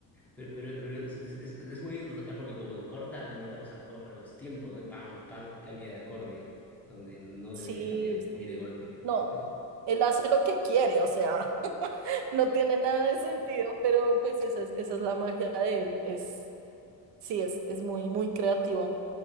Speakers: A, in the centre; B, on the right.
A: Pero, pero, pero es, es- es- es muy lindo tocar porque como que corta a la mitad los, acor- los tiempos, ¿no? Y pam, pam, cambia de acorde, donde no
B: Sí,
A: debería cambiar, muy
B: sí.
A: de golpe.
B: No,
A: Es-
B: él hace lo que quiere, o sea, <laughs> no tiene nada de sentido, pero pues esa es, esa es la magia de él. Es, sí, es, es muy, muy creativo.